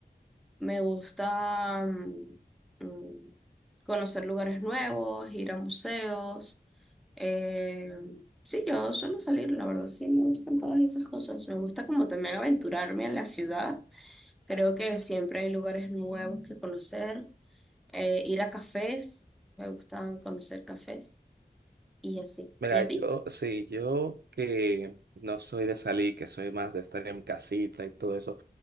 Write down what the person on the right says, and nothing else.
Mira,
yo, sí, yo que no soy de salir, que soy más de estar en casita y todo eso,